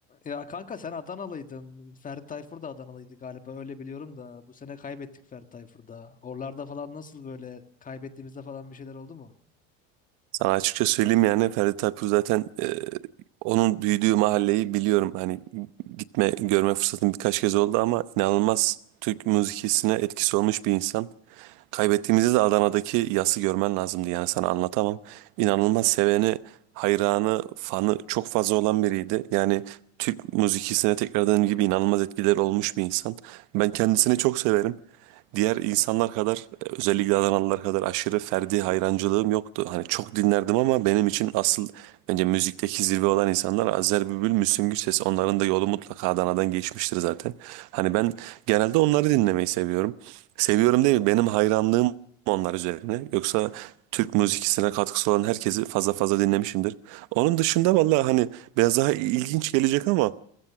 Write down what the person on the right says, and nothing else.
Sana açıkça söyleyeyim yani Ferdi Tayfur zaten e, onun büyüdüğü mahalleyi biliyorum. Hani gitme görme fırsatım birkaç kez oldu ama inanılmaz Türk müzikisine etkisi olmuş bir insan. Kaybettiğimizde de Adana'daki yası görmen lazımdı yani sana anlatamam. İnanılmaz seveni, hayranı, fanı çok fazla olan biriydi. Yani Türk müzikisine tekrardan gibi inanılmaz etkileri olmuş bir insan. Ben kendisini çok severim diğer insanlar kadar özellikle Adanalılar kadar aşırı Ferdi hayrancılığım yoktu. Hani çok dinlerdim ama benim için asıl bence müzikteki zirve olan insanlar Azer Bülbül, Müslüm Gürses. Onların da yolu mutlaka Adana'dan geçmiştir zaten. Hani ben genelde onları dinlemeyi seviyorum. Seviyorum değil benim hayranlığım onlar üzerine. Yoksa Türk müzikisine katkısı olan herkesi fazla fazla dinlemişimdir. Onun dışında vallahi hani biraz daha ilginç gelecek ama